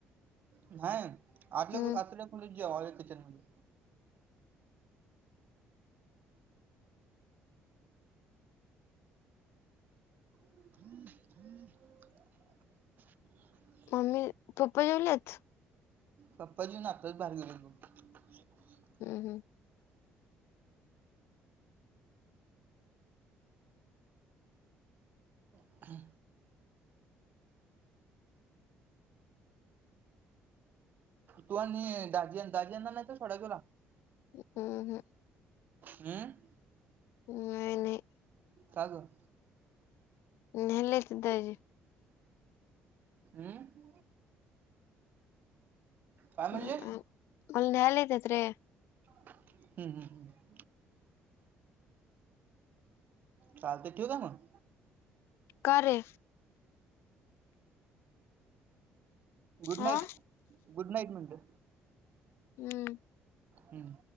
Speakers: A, on the right; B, on the left.
A: न्हाय. आतल्या
B: हम्म
A: खोली आतल्या खोलीत जेवालोय किचन मध्ये. <inaudible>
B: मम्मी, पप्पा जेवलीत?
A: पप्पा जेवून आत्ताच बाहेर गेलीत बघ. ह <unintelligible>
B: <inaudible>
A: ह तू आणि दाजी दाजी यांना नाही सोडायच तुला
B: हम् हम्
A: हम
B: नाय नाही
A: का गं
B: न्ह्यायला येतेत दाजी
A: हम <unintelligible> काय म्हणले
B: ह मला न्यायला येत्यात रे
A: हम्म हम्म हम्म चालतय ठेऊ का मग
B: का रे
A: गुड
B: हा
A: नाईट गुड नाईट म्हनलं
B: हम्म
A: हम्म